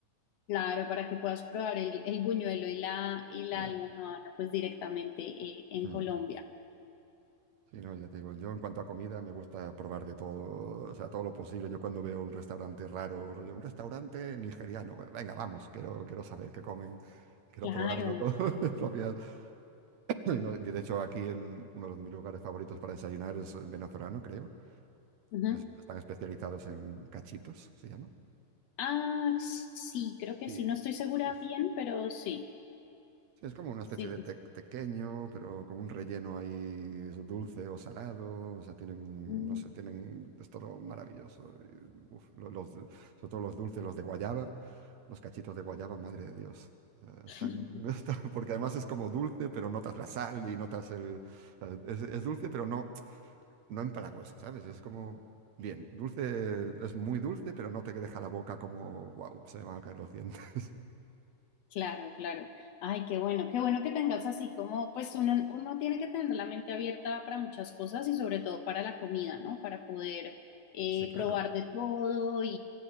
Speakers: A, on the left; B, on the right.
A: claro, para que puedas probar el, el buñuelo y la, y la
B: Ya.
A: almojábana, pues directamente eh, en
B: Mm.
A: Colombia.
B: Sí, no, ya te digo, yo en cuanto a comida me gusta probar de todo, o sea, todo lo posible. Yo cuando veo un restaurante raro, rollo, un restaurante nigeriano, bueno, venga, vamos, quiero, quiero saber qué comen, quiero
A: Claro.
B: probarlo con <laughs> mis propias. Y no, y de hecho, aquí en uno de mis lugares favoritos para desayunar es eh, venezolano, creo.
A: Ujú.
B: que es- están especializados en cachitos, se llama.
A: Ah, sí, creo que
B: Y,
A: sí. No estoy segura
B: uf,
A: bien, pero sí.
B: Sí, es como una especie
A: Sí,
B: de
A: sí,
B: te-
A: sí.
B: tequeño, pero con un relleno ahí dulce o salado. O sea, tienen,
A: Mm.
B: no sé, tienen, es todo maravilloso. y, uf, lo- los, sobre todo los dulces, los de guayaba, los cachitos de guayaba, madre de Dios. O sea,
A: <laughs>
B: están, <laughs> están- porque además es como dulce, pero notas la sal y notas el... o sea, es, es dulce, pero no, no empalagosa, ¿sabes? Es como, bien, dulce, es muy dulce, pero no te deja la boca como, wow, se me van a caer los dientes. <laughs>
A: Claro, claro. Ay, qué bueno, qué bueno que tengas así como, pues uno, uno tiene que tener la mente abierta para muchas cosas y sobre todo para la comida, ¿no? Para poder eh,
B: Sí, claro.
A: probar de todo y,